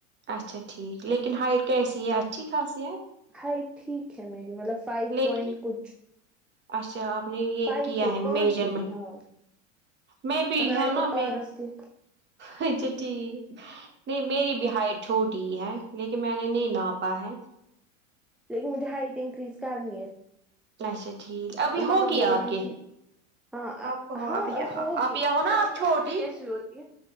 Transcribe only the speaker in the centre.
ہائی ٹھیک ہے میری مطلب فائیو
پوائنٹ کچھ
فائیو
فٹ
پانچ
فٹ ہاں
ہمیں
آئے
تھے پارس
کے
لیکن مجھے ہائٹ انکریز کرنی ہے
امماما
بوور
تھی <unintelligible> ہاں ہاں
ہوگی
کیونکہ
ا
مجھے کیسی ہوتی ہے